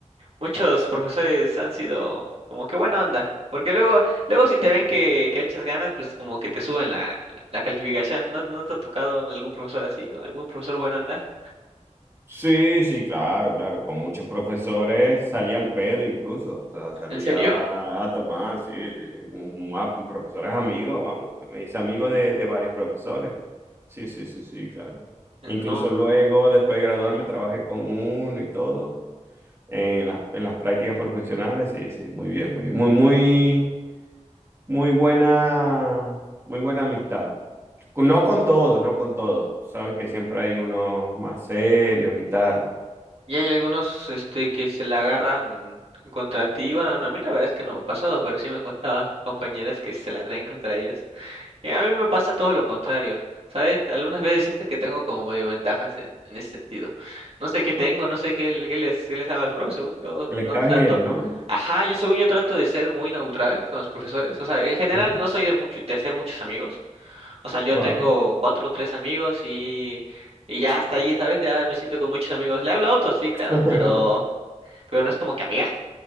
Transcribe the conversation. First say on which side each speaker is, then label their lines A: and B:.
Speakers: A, on the right; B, on the right.
A: Muchos profesores han sido como que buena onda. Porque luego, luego si te ven que, que le echas ganas, pues como que te suben la, la, la calificación. ¿No, no te ha tocado algún profesor así o algún profesor buena onda?
B: Sí, sí, claro, claro. Con muchos profesores salía al pedo incluso, o sea, salía
A: ¿En serio?
B: a, a tomar, sí, sí. Mu- mu- a- profesores amigos, vamos. Me hice amigo de, de varios profesores. Sí, sí, sí, sí, claro.
A: No,
B: Incluso luego, después de graduarme, trabajé con uno y todo en las, en las prácticas profesionales. Sí, sí, muy bien, muy bien. Muy, muy, muy buena, muy buena amistad. Con- No con todos, no con todos. Sabes que siempre hay unos más serios y tal
A: Y hay algunos este que se la agarran contra ti. Bueno, a mí la verdad es que no me ha pasado, pero sí me han contado <laughs> compañeras que se la traen contra ellos. Y a mí me pasa todo lo contrario, ¿sabes? Algunas veces siento que tengo como medio ventajas en, en ese sentido. No sé qué tengo, no sé qué, qué les, qué les hago a los profes, según yo
B: Que le
A: no
B: caes
A: trato.
B: bien, ¿no?
A: Ajá, yo según yo trato de ser muy neutral con los profesores. O sea, en general
B: Sí,
A: no soy de mucho, de hacer muchos amigos. O sea, yo
B: vale.
A: tengo cuatro o tres amigos y, y ya hasta ahí, ¿sabes? Ya me siento con muchos amigos. Le hablo a otros, sí, claro,
B: <laughs>
A: pero, pero no es como que amigas.